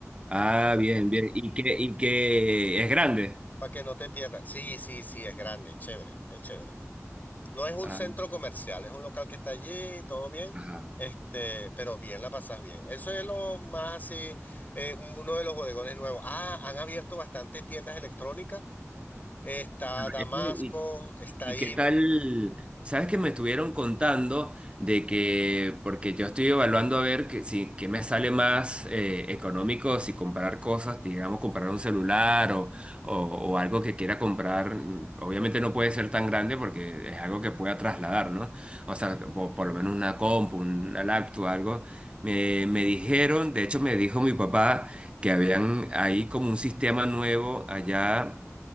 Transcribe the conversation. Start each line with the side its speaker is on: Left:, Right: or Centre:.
Right: Ah, bien, bien. Y que, y que es grande.
Left: para que no te pierdas. Sí, sí, sí, es grande, es chévere, es chévere. No es un
Right: Ah,
Left: centro comercial, es un local que está allí, todo bien,
Right: ajá.
Left: este, pero bien, la pasas bien. Eso es lo más así, eh, uno de los bodegones nuevos. Ah, han abierto bastantes tiendas electrónicas. Está Damasco,
Right: Ese- y,
Left: está
Right: y- y
Left: Ivo.
Right: qué tal? ¿Sabes que me estuvieron contando de que, porque yo estoy evaluando a ver que, si, que me sale más eh, económico si comprar cosas, digamos, comprar un celular o, o, o algo que quiera comprar? mm, Obviamente no puede ser tan grande porque es algo que pueda trasladar, ¿no? O sea, po- por, lo menos una compu, una laptop, algo. Me, me dijeron, de hecho me dijo mi papá que habían ahí como un sistema nuevo allá